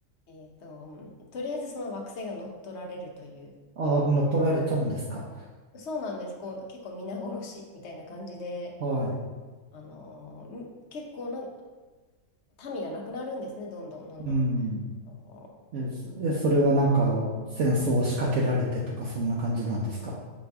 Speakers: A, on the left; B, on the right.
A: えっと、とりあえずその惑星が乗っ取られるという、
B: ああ、乗っ取られちゃうんですか。
A: そうなんです、こう結構皆殺しみたいな感じで、
B: はい。
A: あのーん結構な民がなくなるんですね、どんどんどんどん。
B: うん。
A: あの
B: え、そえ、それはなんか戦争を仕掛けられてとかそんな感じなんですか。